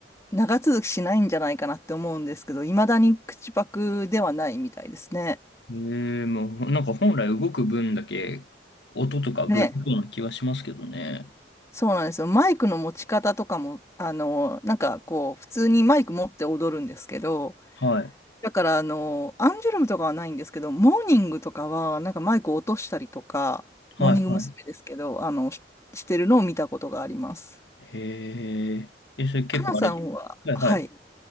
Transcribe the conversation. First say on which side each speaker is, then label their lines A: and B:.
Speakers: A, on the left; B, on the left.
A: う、長続きしないんじゃないかなって思うんですけど、いまだに口パクではないみたいですね。
B: ええもうなんか本来動く分だけ音とかぶれそうな気はしますけどね。
A: ね。そうなんですよ。マイクの持ち方とかも、あのーなんかこう、普通にマイク持って踊るんですけど、
B: はい。
A: だから、あの、アンジュルムとかはないんですけど、モーニングとかは、なんかマイクを落としたりとか、
B: はい、
A: モーニング娘。
B: は
A: ですけど、あの、し、してるのを見たことがあります。
B: い。へえ。え、それ結構あれ。
A: かなさんは、
B: はい、
A: はい。
B: はい。